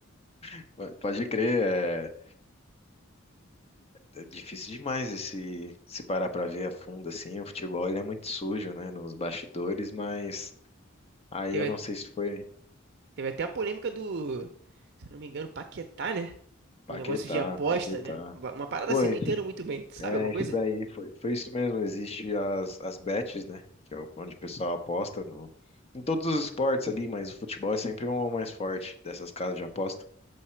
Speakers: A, on the left; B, on the right.
A: <laughs> Pode crer, é, é difícil demais esse, se parar pra ver a fundo assim. O futebol ele é muito sujo, né, nos bastidores, mas aí
B: Teve,
A: eu não sei se foi
B: teve até a polêmica do, se eu não me engano, Paquetá, né?
A: Paquetá,
B: Um negócio de aposta,
A: Paquetá.
B: né? Uma parada
A: Pô,
B: assim, não entendo muito bem. Tu Sabe
A: É,
B: alguma coisa?
A: isso daí foi, foi isso mesmo. Existe as, as bets, né? Que é o- onde o pessoal aposta no, em todos os esportes ali, mas o futebol é sempre o mais forte dessas casas de aposta.